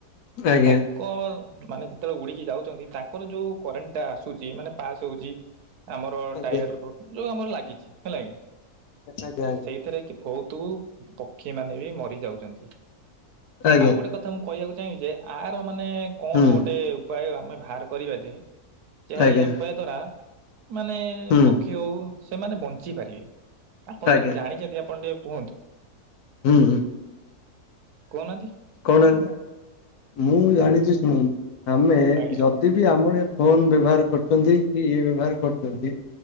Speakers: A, on the left; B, on the right.
A: ଆଜ୍ଞା
B: ତାଙ୍କ ମାନେ ଯେତେବେଳେ ଉଡିକି ଯାଉଛନ୍ତି ତାଙ୍କର ଯୋଉ କରେଣ୍ଟ ଟା ଆସୁଛି ମାନେ ପାସ୍ ହଉଚି। ଆମର
A: ଆଜ୍ଞା
B: ଟାୟାର ଯୋଉ ଆମର ଲାଗିଛି ହେଲା କି।
A: ଆଜ୍ଞା ଆଜ୍ଞା ଆଜ୍ଞା।
B: ସେଇଥିରେ ବହୁତ ପକ୍ଷୀ ମାନେ ବି ମରି ଯାଉଛନ୍ତି।
A: ଆଜ୍ଞା
B: ଆଉ ଗୋଟେ କଥା ଥା ମୁଁ କହିଆକୁ ଚାହିଁବି ଯେ ଆର ମାନେ କଣ
A: ହୁଁ
B: ଗୋଟେ ଉପାୟ ଆମେ ବାହାର କରିବା ଯେ ଯାହା
A: ଆଜ୍ଞା
B: ଏଇ ଉପାୟ ଦ୍ଵାରା ମାନେ
A: ହୁଁ
B: ପକ୍ଷୀ ହଉ ସେମାନେ ବଞ୍ଚି ପାରିବେ। ଆପଣ
A: ଆଜ୍ଞା
B: ଯଦି ଜାଣିଛନ୍ତି ଆପଣ ଟିକେ କୁହନ୍ତୁ?
A: ହୁଁ ହୁଁ।
B: କହୁନାହାନ୍ତି?
A: କହୁନାହଁନ୍ତି ମୁଁ ଜାଣିଛି ଶୁଣନ୍ତୁ ଆମେ
B: ଆଜ୍ଞା
A: ଯ ଦିଦି ଆମ ଭଳିଆ ଫୋନ ବ୍ୟବହାର କରୁଛନ୍ତି କି ଇଏ ବ୍ୟବହାର କରୁଛନ୍ତି।